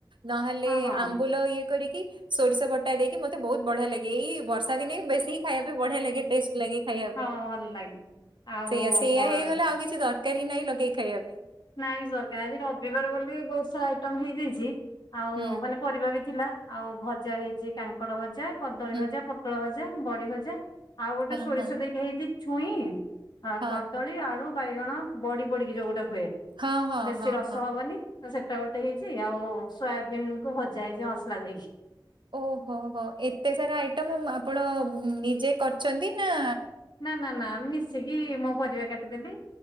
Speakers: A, on the right (about 70°); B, on the left (about 55°).
A: ନହେଲେ
B: ହଁ ହଁ
A: ଆମ୍ବୁଲ ଇଏ କରିକି। ସୋରିଷ ବଟା ଦେଇକି ମତେ ବୋହୁତ ବଢ଼ିଆ ଲାଗେ ଏଇ ବର୍ଷା ଦିନେ ବେଶୀ ଖାଇବା ପାଇଁ ବଢ଼ିଆ ଲା ଇଏ ଟେଷ୍ଟ୍ ଲାଗେ ଖାଇବା
B: ହଁ
A: ପାଇଁ
B: ଭଲ ଲାଗେ ଆଉ
A: ସେଇଆ ସେଇଆ
B: ବ
A: ହେଇଗଲେ ଆଉ କିଛି କି ଦରକାରୀ ନାଇଁ ଲଗେଇ ଖାଇବା ପାଇଁ।
B: ନାଇଁ ସରକା ଆଜି ରବିବାର ବୋଲି ବୋହୁତ ସା ଆଇଟମ୍ ହେଇଯାଇଚି ଆଉ
A: ହୁଁ
B: ମାନେ ପରିବା ବି ଥିଲା ଆଉ ଭଜା ହେଇଚି କାଙ୍କଡ଼ ଭଜା କଦଳୀ
A: ହୁଁ
B: ଭଜା ପୋ ଅଳ ଭଜା ବଡ଼ି ଭଜା ଆଉ ଗୋଟେ
A: ହଁ
B: ସୋରିଷ
A: ହଁ
B: ଦେଇକି ହେଇଚି ଛୁଇଁ ଆ
A: ହଁ
B: କଦଳୀ ଆଳୁ ବାଇଗଣ ବଡ଼ି ପଡି଼କି ଯୋଉ ଗୋଟେ ହୁଏ
A: ହଁ ହଁ
B: ବେଶୀ
A: ହଁ
B: ରସ
A: ହଁ।
B: ହବନି। ତ ସେଟା ଗୋଟେ ହେଇଚି ଆଉ ସୋୟାବିିନ୍ କୁ ଭଜା ହେଇଚି ଅସଲା ଦେଇକି।
A: ଓହୋ ହୋ ଏତେ ସାରା ଆଇଟମ୍ ଆପଣ ନିଜେ କରିଛନ୍ତି ନାଁ
B: ନାଁ ନାଁ ନାଁ ମିଶିକି ମୁଁ ପରିବା କାଟିଦେଲି